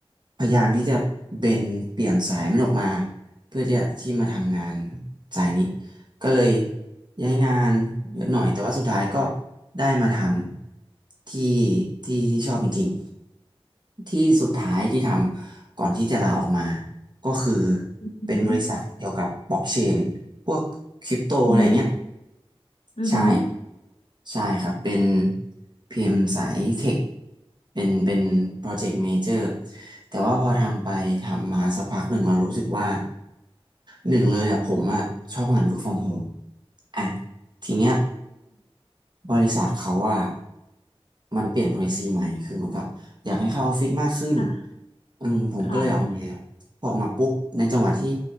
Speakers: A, on the right; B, on the left.
A: พยายามที่จะเบนเปลี่ยนสายมันออกมาเพื่อที่จะที่มาทำงานสายนี้ก็เลยย้ายงานเยอะหน่อยแต่ว่าสุดท้ายก็
B: อืม
A: ได้มาทำที่ที่ที่ชอบจริง ที่สุดท้ายที่ทำก่อนที่จะลาออกมาก็คือ
B: อืม
A: เป็นบริษัทเกี่ยวกับบล็อกเชนพวกคริปโตอะไรเงี้ย
B: อืมอืม
A: ใช่ใช่ครับเป็นพีเอ็มสายเทคเป็นเป็นโปรเจกต์เมเจอร์แต่ว่าพอทำไปทำมาสักพักหนึ่งเรารู้สึกว่า หนึ่งเลยอ่ะผมอ่ะชอบงาน work from home อ่ะทีเนี้ยบริษัทเขาว่ามันเปลี่ยน policy ใหม่คือเหมือนกับอยากให้เข้าออฟฟิศมากขึ้น
B: ค่ะ
A: อืมผมก็เลยออกมา
B: ค่ะ
A: พอออกมาปุ๊บในจังหวะที่